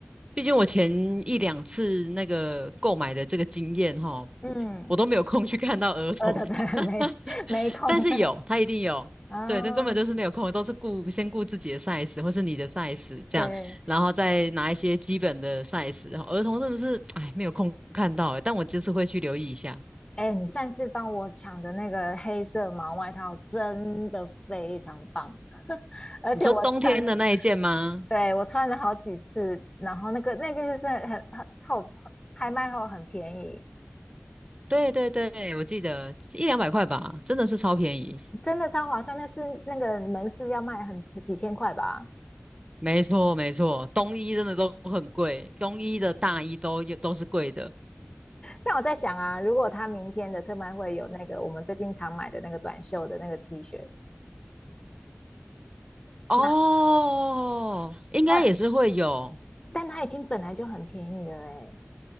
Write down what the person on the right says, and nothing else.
毕竟我前一两次那个购买的这个经验哈，
我都没有空去看到儿童，
<laughs>
但是有，他一定有。
对，这根本就是没有空，都是顾先顾自己的 size 或是你的 size 这样，
然后再拿一些基本的 size。儿童是不是，哎，没有空看到欸但我这次会去留意一下。
你说冬天的那一件吗？
对对对，我记得一两百块吧，真的是超便宜。
没错，没错，冬衣真的都很贵，冬衣的大衣都都是贵的。
哦，
应该也是会有，